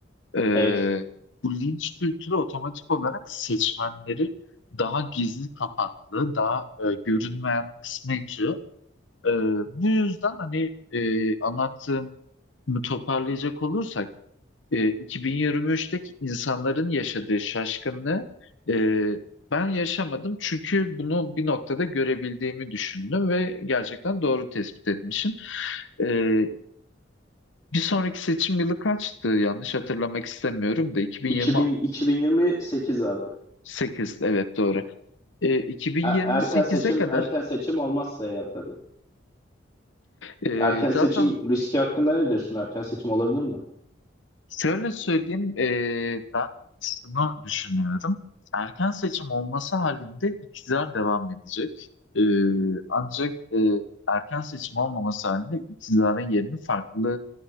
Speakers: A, on the left; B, on the left.
A: Ee,
B: Evet.
A: bu linç kültürü otomatik olarak seçmenleri daha gizli kapaklı, daha e, görünmeyen kısmı itiyor. Ee, bu yüzden hani e, anlattığım toparlayacak olursak e, 2023'teki insanların yaşadığı şaşkınlığı e, ben yaşamadım çünkü bunu bir noktada görebildiğimi düşündüm ve gerçekten doğru tespit etmişim. Ee, bir sonraki seçim yılı kaçtı? Yanlış hatırlamak istemiyorum da 2026
B: 2000, 2028 abi.
A: sekiz evet doğru. E, 2028'e
B: E- Erken seçim
A: kadar
B: erken seçim olmazsa eğer tabii.
A: e,
B: Erken
A: zaten
B: seçim riski hakkında ne diyorsun? Erken seçim olabilir mi?
A: şöyle söyleyeyim e, ben şunu düşünüyorum. Erken seçim olması halinde iktidar devam edecek. E, ancak e, erken seçim olmaması halinde iktidarın yerini farklı